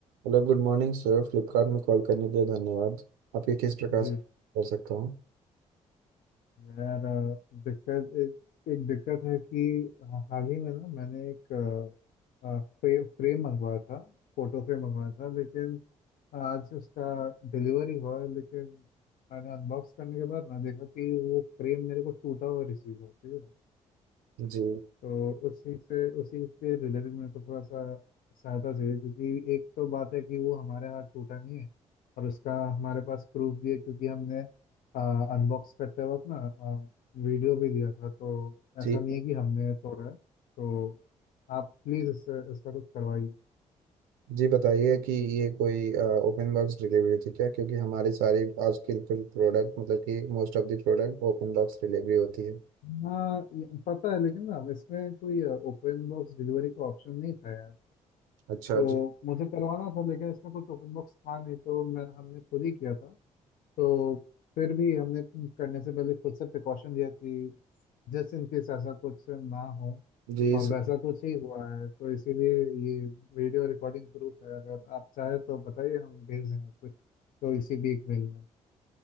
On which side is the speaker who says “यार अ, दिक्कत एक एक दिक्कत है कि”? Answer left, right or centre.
Left